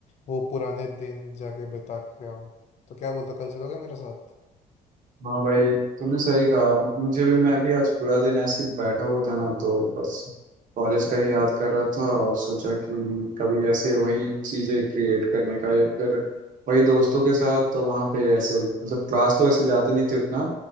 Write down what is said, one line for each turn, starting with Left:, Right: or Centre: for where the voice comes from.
Left: वो पुराने दिन जाके बिता के आऊँ तो क्या बोलते हो, कल चलोगे मेरे साथ
Right: हाँ भाई तुमने सही कहा मुझे भी मैं भी आज पूरा दिन ऐसे ही बैठा हुआ था ना तो बस कॉलेज का ही याद कर रहा था और सोचा कि कभी ऐसे वही चीज़ें क्रिएट करने का या फिर वही दोस्तों के साथ तो वहाँ पे ऐसे मतलब क्लास तो ऐसे जाते नहीं थे उतना